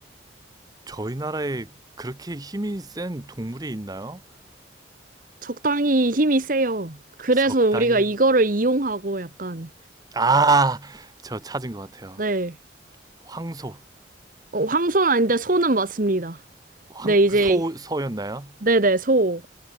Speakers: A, on the right; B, on the right.
A: 저희 나라에 그렇게 힘이 센 동물이 있나요?
B: 적당히 힘이 세요. 그래서
A: 적당히
B: 우리가 이거를 이용하고 약간,
A: 아, 저 찾은 것 같아요.
B: 네.
A: 황소,
B: 어, 황소는 아닌데 소는 맞습니다.
A: 황,
B: 네, 이제,
A: 그 소, 소였나요?
B: 네네, 소.